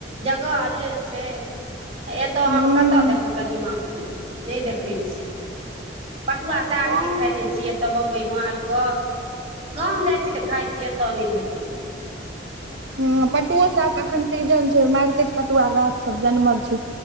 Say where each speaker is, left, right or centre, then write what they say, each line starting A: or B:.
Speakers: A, on the right (about 35°); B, on the right (about 75°).
A: जगह अलेल छै आ एतय
B: हूं
A: अहाँकेँ कतय देखबै कदीमा फूल नै देखै छियै पटुआ साग
B: हँ
A: नै खने छियै। त बम्बइमे आयब कऽ गाम जाइ छी तऽ खाइ छी एतऽ नै भेटैया
B: हूँ पटुओ सागके एखन सीजन छै मारिते के पटुआ गाछ सभ जनमल छै